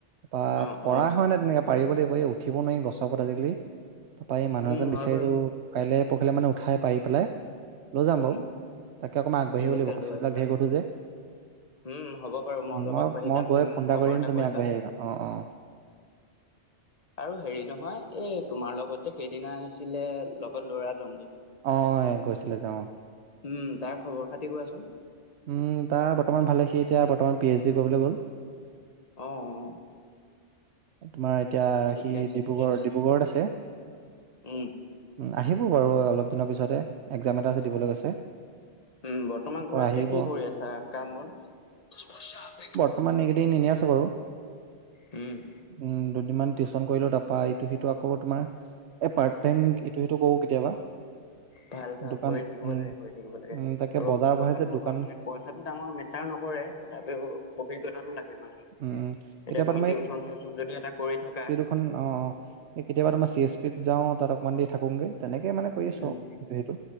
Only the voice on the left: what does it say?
অ
অ
উম
হয় বাৰু
উম
ঠিক
আছে
লৈ
আহিবা
উম হ'ব বাৰু অলপ
আগবাঢ়ি
যাম
তুমি
মোক
খবৰ
কৰিবা
আৰু হেৰি নহয়, এই তোমাৰ লগত যে সেইদিনা আহিছিলে লগত ল'ৰাজন যে।
উম্, তাৰ খবৰ-খাতি কোৱাচোন?
অ'অ'।
ঠিকে
আছে
ঠিকে আছে
উম
উম', বৰ্তমান
ঘৰত এতিয়া
কি কৰি আছা কাম-বন?
উম',।
ভাল-ভাল,
কৰি থাকিব
লাগে কৰি থাকিব লাগে,
আৰু
অভিজ্ঞতাটো
হয় মানে পইচাটো ডাঙৰ মেট মেটাৰ নকৰে, তথাপিও অভিজ্ঞতাটো লাগে মানে এতিয়া
তুমি টিউচ কেইখন টিউচন যদি এটা কৰি থাকা।
উম